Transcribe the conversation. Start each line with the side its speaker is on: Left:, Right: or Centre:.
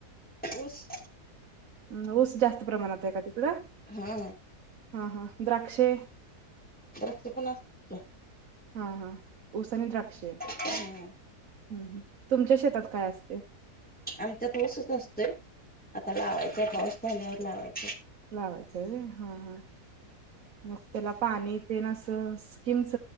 Centre: ऊस
Right: हम ऊस जास्त प्रमाणात आहे का तिकडं
Centre: हा
Right: हा हा द्राक्षे
Centre: पण असतात क
Right: हा हा ऊसनी द्राक्ष
Centre: हा
Right: हम् तुमच्या शेतात काय असते
Centre: आमच्यात वसच असतोय आता लावायचाय पाऊस झाल्यावर लावायचा
Right: लावाच रे हा हा मग त्याला पाणी ते न असं स्कीिमच